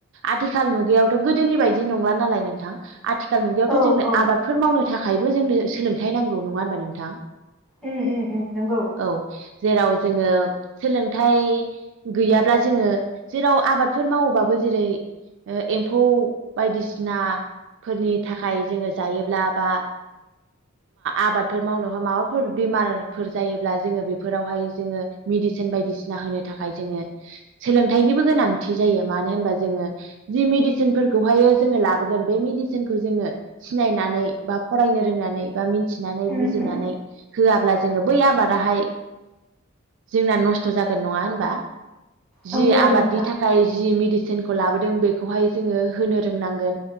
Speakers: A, on the right; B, in the centre.
A: आथिखाल मुगायावथ गोदोनि बायदि नंला नालाय नोंथां आथिखाल मुगायावथ
B: औ
A: जोंनो
B: औ
A: आबादफोर मावनो थाखायबो जोंनो सोलोंथाइ नांगौ नङा होनबा नोंथां
B: उम उम उम नोंगौ
A: औ जेराव जोङो सोलोंथाइ गैयाब्ला जोङो जेराव आबाद फोर मावोबाबो जेरै एम्फौ बायदिसिना फोरनि थाखाय जोङो जायोब्ला बा आबादफोर मावनो माबाफोर बेमारिफोर जायोब्ला जोङो बेफोरावहाय जोङो मेदिसिन बायदिसिना होनो थाखाय जोङो सोलोंथाइनिबो गोनां थि जायो मानो होनबा जोङो जि मेडिसिनफोरखौहाय जोङो लाबोगोन बे मेडिसिनखौ जोङो सिनायनानै बा फरायनो रोंनानै बा मिथिनानै
B: उम
A: बुजिनानै
B: उम
A: होआब्ला जोङो बै आबादाहाय जोंना नस्थ' जागोन नङा होनबा जि
B: नंगौ
A: आबादनि
B: नोंथां
A: थाखाय जि मेडिसिनखौ लाबोदों बेखौहाय जोङो होनो रोंनांगोन